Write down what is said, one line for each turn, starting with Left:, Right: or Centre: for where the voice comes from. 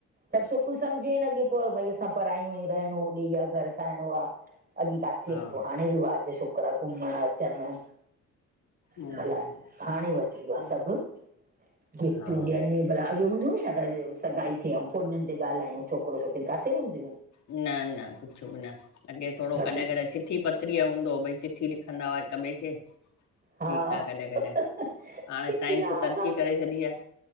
Right: सब सोकरियू सम्जे ई नथी पियो भई असां परायूं आयू, रहणो होॾे या घरु ठाहिणो आ अॻी काथे
Left: हा
Right: हूंदो हो, हाणे रिवाज छोकिरा घुमण अचनि
Left: हम्म
Right: ईन लाई, हाणे वधी वियो
Left: हम्म,
Right: आ सभु गिफ्टूं
Left: हा
Right: ॾियनि, भला अॻे हूंदो हो छा सगाई थी आ, अउ फोननि ते ॻाल्हायूं छोकिरो छोकिरी, काथे हूंदियूं हू
Left: न न कुछ बि न, अॻे थोरो
Right: बाक़ी
Left: कॾहिं कॾहिं चिठी पत्री अ हूंदो हो पो भई चिठी लिखंदा हुआ हिक ॿिए खे ठीक
Right: हा
Left: आ कॾहिं-कॾहिं
Right: चिटी
Left: हाणे साइं
Right: हा
Left: सा तरक़ी
Right: असां बि
Left: करे छॾी आ